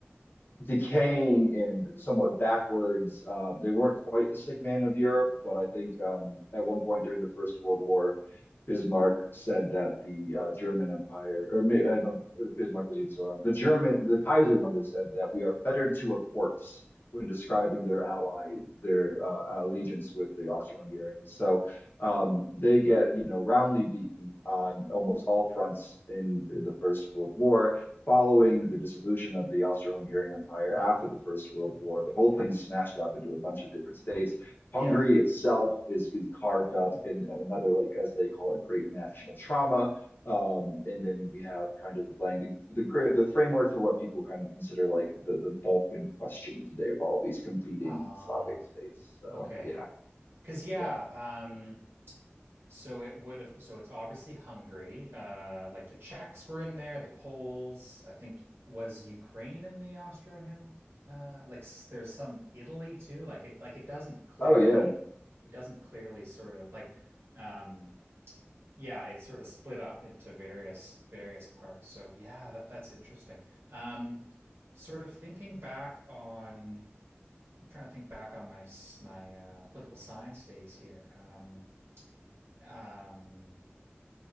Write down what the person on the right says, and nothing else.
yeah,
ah,
okay,
because yeah,
um, So it would have, so it's obviously Hungary. Uh, like the Czechs were in there, the Poles, I think was Ukraine in the Austro-Hem uh like s- there's some Italy too. Like it like it doesn't clearly
it doesn't clearly sort of like um yeah, it's sort of split up into various various parts. So yeah, that that's interesting. Um sort of thinking back on I'm trying to think back on my s- my uh political science days here. Um um